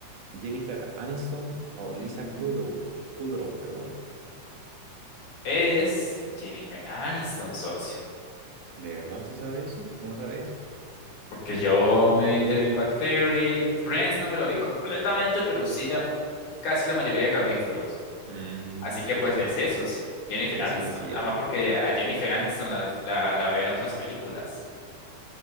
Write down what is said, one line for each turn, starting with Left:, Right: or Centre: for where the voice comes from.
Right: Jennifer Aniston o Lisa
Left: mm.
Right: Kudrow? Kudrow, perdón.
Left: Es Jennifer Aniston, socio.
Right: ¿De verdad usted sabe eso? ¿Cómo sabe eso?
Left: Porque yo me vi The Big Bang Theory. Friends no me lo vi completamente, pero sí la- casi la mayoría de capítulos.
Right: Mm,
Left: Así que pues le sé, socio. Jennifer
Right: pues
Left: Aniston.
Right: sí, sí
Left: Además
Right: era.
Left: porque a Jennifer Aniston la, la, la veo en otras películas.